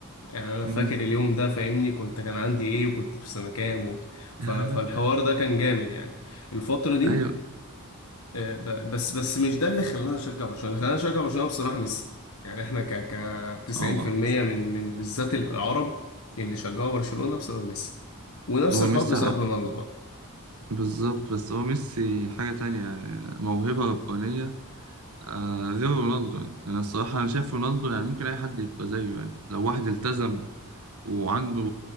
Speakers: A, on the left; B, on the right.
A: يعني انا
B: مم.
A: فاكر اليوم ده فاهمني كنت كان عندي ايه وكنت في سنة كام و...
B: <laughs>
A: ف... فالحوار ده كان جامد يعني الفترة دي
B: أيوه
A: آه، ب- بس بس مش ده اللي خلانا نشجع برشلونة اللي خلانا نشجع برشلونة بصراحة ميسي يعني احنا ك ك 90%
B: اه
A: من من بالذات العرب اللي شجعوا برشلونة بسبب ميسي ونفس
B: هو
A: الحوار
B: ميسي
A: بسبب
B: ع-
A: رونالدو برضه
B: بالظبط بس هو ميسي حاجة تانية يعني موهبة ربانية آه غير رونالدو يعني أنا الصراحة أنا شايف رونالدو يعني ممكن أي حد يبقى زيه يعني لو واحد التزم وعنده